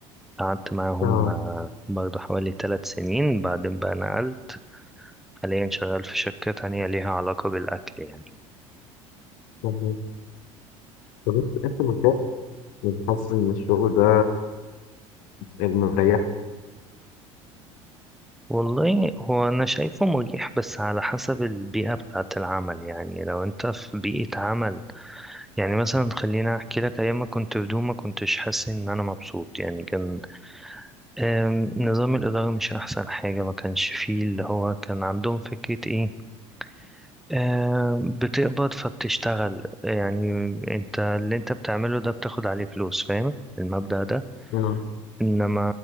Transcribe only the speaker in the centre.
قعدت معاهم
آه، برضه حوالي ثلاث سنين بعدين بقى نقلت حاليا شغال في شركة تانية ليها علاقة بالأكل يعني
والله هو أنا شايفه مريح بس على حسب البيئة بتاعة العمل يعني لو أنت في بيئة عمل يعني مثلا خلينا أحكي لك أيام ما كنت في دوما كنتش حاسس إن أنا مبسوط يعني كان آم، نظام الإدارة مش أحسن حاجة ما كانش فيه اللي هو كان عندهم فكرة إيه آه، بتقبض فبتشتغل يعني انت اللي انت بتعمله ده بتاخد عليه فلوس فاهم المبدأ ده
انما